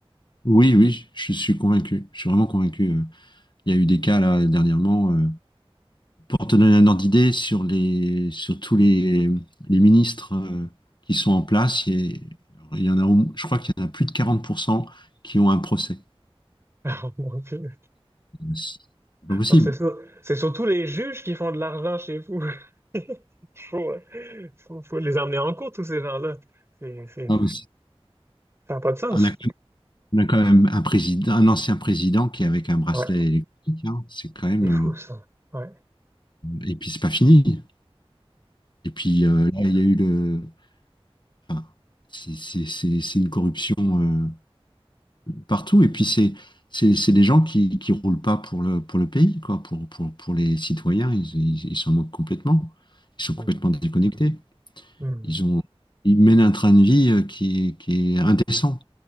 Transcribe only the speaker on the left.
oui, oui, je suis convaincu. Je suis vraiment convaincu. euh. Il y a eu des cas là dernièrement. euh, pour te donner un ordre d'idée sur les, sur tous les, les ministres euh, qui sont en place, il y a- il y en a, au- je crois qu'il y en a plus de 40% qui ont un procès.
C'est pas possible.
Non, mais c'est-
on a, quand même on a quand même un président, un ancien président qui est avec un bracelet
électrique. hein. C'est quand même.
euh, et puis c'est pas fini. Et puis euh, là, il y a eu le. enfin, c'est c'est- c'est- c'est une corruption euh, partout. Et puis c'est c'est c'est des gens qui qui roulent pas pour le pour le pays, quoi, pour pour pour les citoyens. Ils ils ils s'en moquent complètement. Ils sont
complètement déconnectés.
Ils ont ils mènent un train de vie euh, qui est- qui est indécent.